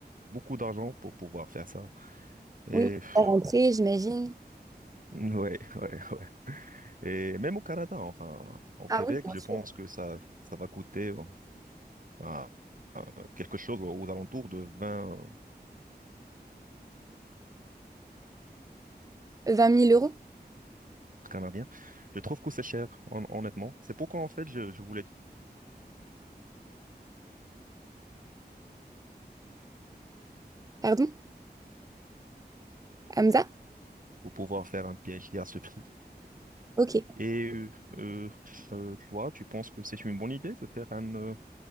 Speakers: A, on the right (about 50°); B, on the right (about 20°).
A: beaucoup d'argent pour pouvoir faire ça. Et
B: oui, à
A: <laughs>
B: rentrer, j'imagine.
A: ouais, ouais, ouais. Et même au Canada, enfin, au Québec,
B: Ah oui, bien
A: je
B: sûr.
A: pense que ça, ça va coûter euh, à- à quelque chose aux alentours de 20
B: vingt mille euros,
A: Canadiens. Je trouve que c'est cher, hon- honnêtement. C'est pourquoi, en fait, je, je voulais
B: pardon? Hamza?
A: pouvoir faire un PhD à ce prix.
B: Ok.
A: Et euh, euh, euh, toi, tu penses que c'est une bonne idée de faire un, euh,